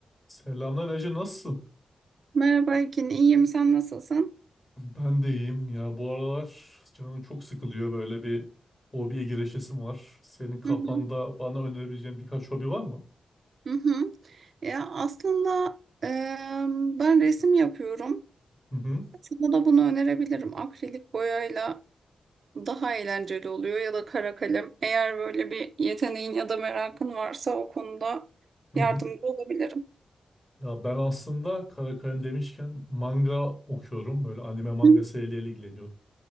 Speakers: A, on the left; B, on the right.
A: Selamlar Ece nasılsın?
B: Merhaba Ekin, iyiyim. Sen nasılsın?
A: Ben de iyiyim ya bu aralar canım çok sıkılıyor böyle bir hobiye girişesim var. Senin kafanda
B: Hı hı,
A: bana önerebileceğin birkaç hobi var mı?
B: hı hı. Ya aslında e, ben resim yapıyorum.
A: Hı hı,
B: Sana da bunu önerebilirim. Akrilik boyayla daha eğlenceli oluyor ya da kara kalem. Eğer böyle bir yeteneğin ya da merakın varsa o konuda
A: hı
B: yardımcı
A: hı.
B: olabilirim.
A: Ya ben aslında kara kalem demişken manga okuyorum. Böyle anime manga
B: Hı
A: serileriyle ilgileniyorum.